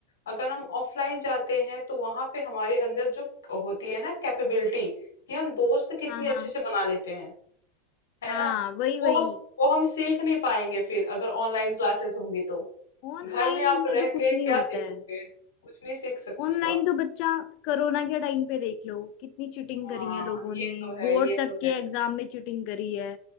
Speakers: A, on the left; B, on the left.
A: अगर हम ऑफलाइन जाते हैं तो वहां पे हमारे अंदर जो होती है ना कैपेबिलिटी कि हम दोस्त कितने
B: हाँ
A: अच्छे
B: हाँ
A: से बना लेते हैं है
B: हाँ
A: ना
B: वही वही
A: वो हम वो हम सीख नहीं पाएंगे फिर अगर ऑनलाइन क्लासेस होंगी तो
B: ऑनलाइन
A: घर में आप
B: में
A: रह
B: तो कुछ
A: के
B: नहीं
A: क्या
B: होता
A: सीखोगे
B: है
A: कुछ नहीं सीख सकते
B: ऑनलाइन
A: हो
B: तो बच्चा कोरोना के टाइम पे देख लो कितनी चीटिंग
A: हाँ
B: करी है लोगों
A: ये
B: ने
A: तो है
B: बोर्ड
A: ये
B: तक
A: तो
B: के
A: है
B: एग्जाम में चीटिंग करी है